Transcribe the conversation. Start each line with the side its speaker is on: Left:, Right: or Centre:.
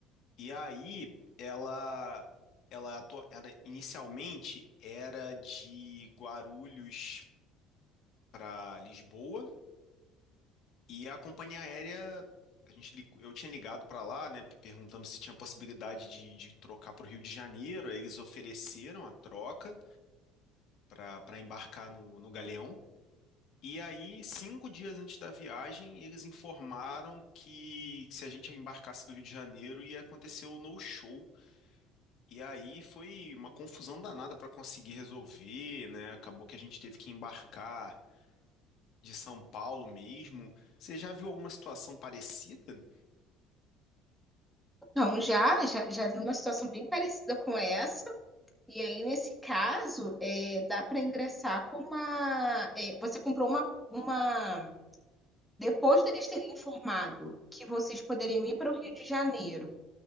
Left: E aí ela, ela, atua- ela inicialmente era de Guarulhos para Lisboa. E a companhia aérea, a gente, lig- eu tinha ligado para lá, né, pe- perguntando se tinha possibilidade de, de trocar para o Rio de Janeiro. Aí eles ofereceram a troca para para embarcar no, no Galeão. E aí, cinco dias antes da viagem, eles informaram que, que se a gente embarcasse do Rio de Janeiro ia acontecer o no-show. E aí foi uma confusão danada para conseguir resolver, né? Acabou que a gente teve que embarcar de São Paulo mesmo. Você já viu alguma situação parecida?
Centre: Não, já, já, já vi uma situação bem parecida com essa. E aí, nesse caso, é, dá para ingressar com uma. é, você comprou uma, uma. Depois deles terem informado que vocês poderiam ir para o Rio de Janeiro.